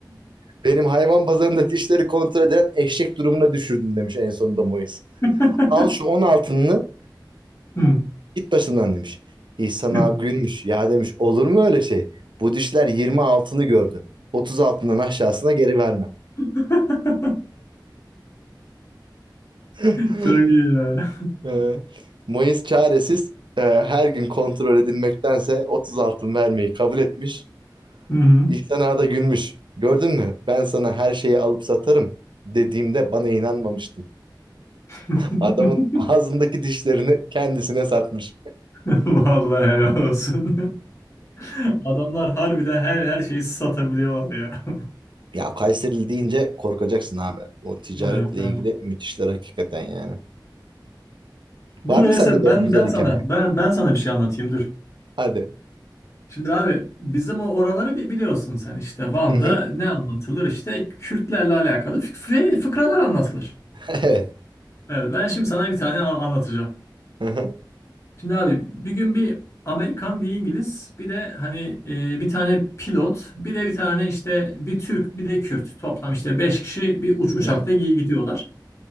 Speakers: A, on the right (about 80°); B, on the left (about 35°).
A: Benim hayvan pazarında dişleri kontrol eden eşek durumuna düşürdün demiş en sonunda Moise.
B: <laughs>
A: Al şu 10 altınını
B: Hı.
A: Git başımdan demiş. İhsan
B: Hı.
A: ağa gülmüş. Ya demiş olur mu öyle şey? Bu dişler 20 altını gördü. 30 altından aşağısına geri vermem.
B: <laughs>
A: <laughs>
B: Çok iyi ya.
A: Ee, Mayıs çaresiz e, her gün kontrol edilmektense 30 altın vermeyi kabul etmiş.
B: Hı hı.
A: İhsan ağa da gülmüş. Gördün mü? Ben sana her şeyi alıp satarım dediğimde bana inanmamıştın.
B: <laughs>
A: Adamın ağzındaki dişlerini kendisine satmış.
B: Vallahi helal olsun. <laughs> Adamlar harbiden her her şeyi satabiliyorlar ya. <laughs>
A: Ya Kayserili deyince korkacaksın abi. O ticaretle
B: Evet, tamam.
A: ilgili müthişler hakikaten yani. Var
B: Dur öyleyse
A: mı sende böyle
B: ben
A: güzel
B: ben
A: hikaye?
B: sana ben ben sana bir şey anlatayım dur.
A: Hadi.
B: Şimdi abi bizim o oraları bir biliyorsun sen işte Van'da
A: Hı hı.
B: ne anlatılır işte Kürtlerle alakalı fı- fı- fıkralar anlatılır.
A: <laughs> Evet.
B: Evet ben şimdi sana bir tane an- anlatacağım.
A: Hı hı.
B: Şimdi abi bir gün bir Amerikan bir İngiliz bir de hani e, bir tane pilot bir de bir tane işte bir Türk bir de Kürt toplam işte 5 kişi bir uç uçakta
A: Hı hı.
B: gi- gidiyorlar.